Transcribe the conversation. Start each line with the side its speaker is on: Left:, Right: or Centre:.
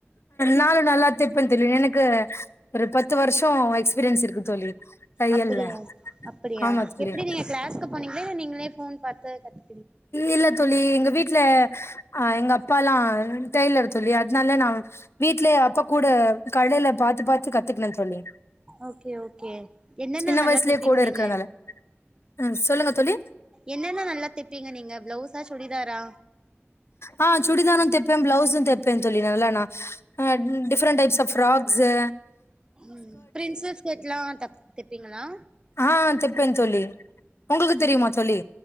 Left: நாலும் நல்லா தெப்பேன் தோழி எனக்கு ஒரு பத்து வருஷோ எக்ஸ்பீரியன்ஸ் இருக்கு தோழி தையல்ல
Right: அப்படியா அப்படியா
Left: ஆமா தோழி
Right: எப்படி நீங்க கிளாஸ்கு போனீங்களா நீங்க நீங்களே ஃபோன் பாத்து கத்
Left: இல்ல தோழி எங்க வீட்டுல அஹ் எங்க அப்பால்லா டெய்லர் தோழி அதனால நா வீட்லயே அப்பா கூட கடையில பாத்து பாத்து கத்துக்ண தோழி
Right: ஓகே ஓகே என்னென்ன
Left: சின்ன
Right: நல்லா
Left: வயசுலயே
Right: தெப்பீங்க
Left: கூட இருக்கறனால
Right: நீங்க
Left: ஹ்ம் சொல்லுங்க தோழி
Right: என்னென்ன நல்லா தெப்பீங்க நீங்க பிளவுஸா சுடிதாரா
Left: ஆஹ் சுடிதாரும் தைப்பேன் பிளவுஸும் தைப்பேன் தோழி நல்லாண்ணா அ டிஃப்ரெண்ட் டைப்ஸ் ஆஃப் ஃப்ராக்ஸ்ஸு
Right: ம் பிரின்சஸ் கட்ல்லாம் தப் தப்பீங்களா
Left: ஆ தெப்பே தோழி உங்களுக்கு தெரியுமா
Right: உம்
Left: தோழி